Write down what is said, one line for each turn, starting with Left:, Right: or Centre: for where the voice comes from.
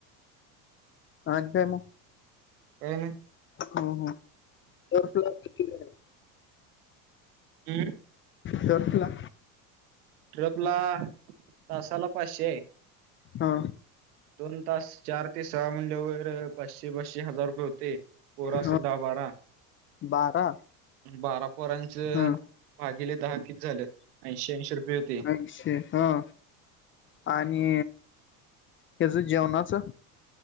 Left: अ काय म
Right: काय नाही
Left: ह ह <unintelligible>
Right: <unintelligible>
Left: दरटला
Right: ट्रप ला तासाला पाचशेय
Left: हा
Right: दोन तास चार ते सहा म्हणल्यावर पाशे पाशे हजार रुपय हुतय पोर असत्यात
Left: हा
Right: दहा बारा.
Left: बारा
Right: आणि बारा पोरांचं
Left: हा
Right: भागिले दहा. कीती झालं ऐंशी ऐंशी रुपये हुतय.
Left: ऐंशी हा आणि याचं जेवणाचं.